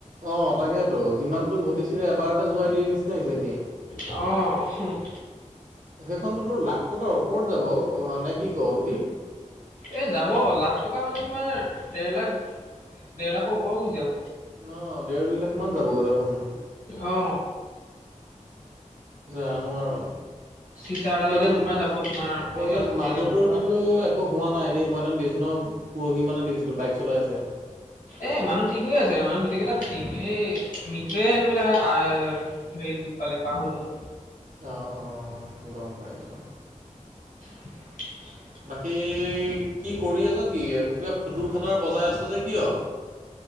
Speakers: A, on the right; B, on the left.
A: অ তাকেতো যিমানতটো ঘটিছিলে এবাৰতে যোৱাই দিয়ে নিচিনা হৈ হৈছে।
B: অ
A: সেইখনতোতো লাখ টকাৰ ওপৰত যাব নে কি ক গুধি।
B: এ যাব লাখ টকা মানে তোমাৰ দেৰ লাখ দেৰ লাখৰ ওপৰৰত গুচি যাব।
A: ন দেৰ দুই লাখ মান যাব গৈ দেখোন।
B: অ
A: জানো আৰু
B: চিচাৰডালতে
A: এনে এনে
B: তোমাৰ যাব তোমাৰ পঞ্চাশ ষাঠি
A: মানুহটোৰ
B: হাজাৰ মান টকা।
A: কিন্তু! একো হোৱা নাই দিয় মই এনে দেখছো ন পৰহি মানে দেখিছিলো বাইক চলাই আছে।
B: এ মানুহ ঠিক হৈ আছে মানুহ গোটেই কেইটা থিক এই মিঠুয়ে হেনো বোলে আহ! হেৰি দুখ পালে বাহুৰ তলত।
A: অঁ অঁ গম পাইছোঁ
B: <inaudible>
A: বাকী কি কৰি আছ কি কিবা খুতুৰ খাটাৰ বজাই আছে যে কিয়?